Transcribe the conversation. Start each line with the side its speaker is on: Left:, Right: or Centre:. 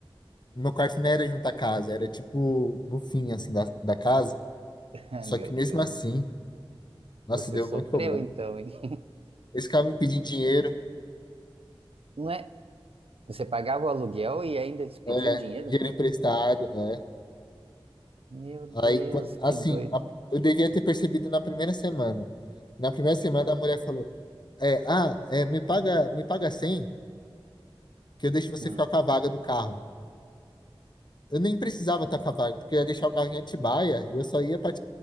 Left: meu quarto não era junto à casa, era tipo no fim, assim, da, da casa.
Right: <laughs> Ai,
Left: Só
Right: meu
Left: que
Right: Deus.
Left: mesmo assim,
Right: Você
Left: nossa, deu
Right: sofreu
Left: muito problema.
Right: então, hein?
Left: Eles ficavam me pedindo dinheiro,
Right: Não é? Você pagava o aluguel e ainda eles pediam
Left: é,
Right: dinheiro?
Left: dinheiro emprestado. é.
Right: Meu Deus,
Left: Aí, qu-
Right: que
Left: assim,
Right: doido.
Left: a- eu devia ter percebido na primeira semana. Na primeira semana a mulher falou: é, ah, é, me paga, me paga 100 que eu deixo você
Right: Hum.
Left: ficar com a vaga do carro. Eu nem precisava estar com a vaga, porque eu ia deixar o carro em Atibaia e eu só ia para